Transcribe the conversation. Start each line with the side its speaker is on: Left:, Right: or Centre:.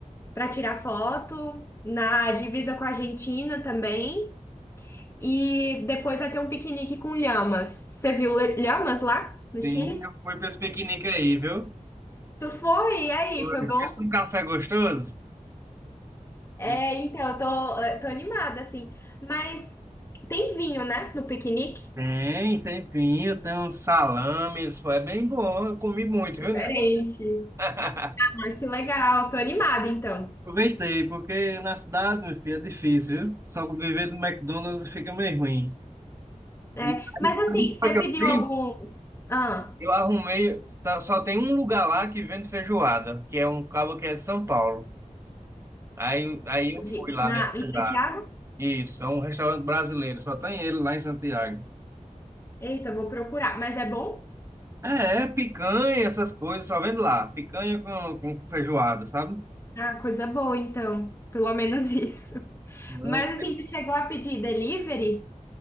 Left: para tirar foto, na divisa com a Argentina também. E depois vai ter um piquenique com lhamas. Você viu lhamas lá no
Right: sim,
Left: Chile?
Right: eu fui para esse piquenique aí, viu?
Left: Tu foi? E aí,
Right: Oi,
Left: foi bom?
Right: pensa num café gostoso?
Left: É,
Right: Ele
Left: então, eu tô, eu tô animada, assim. Mas tem vinho, né, no piquenique?
Right: Tem, tem pinho, tem uns salames, pô, é bem bom, eu comi muito,
Left: Diferente.
Right: viu, né? <laughs>
Left: Ah, que legal, tô animada, então.
Right: Aproveitei, porque na cidade, meu filho, é difícil, viu? Só que viver do McDonald's fica meio ruim.
Left: É,
Right: Aí,
Left: mas assim, você
Right: sabe o que
Left: pediu
Right: eu fiz?
Left: algum... Ah,
Right: Eu arrumei, tá- só tem um lugar lá que vende feijoada, que é um cabo que é de São Paulo. Aí, aí eu
Left: de,
Right: fui lá
Left: na,
Right: nesse
Left: em
Right: lugar.
Left: Santiago?
Right: Isso, é um restaurante brasileiro, só tem ele lá em Santiago.
Left: Eita, vou procurar. Mas é bom?
Right: É, é, picanha, essas coisas, só vendo lá. Picanha com, com feijoada, sabe?
Left: Ah, coisa boa, então. Pelo menos <laughs> isso.
Right: Mas
Left: Mas assim, tu chegou a pedir delivery?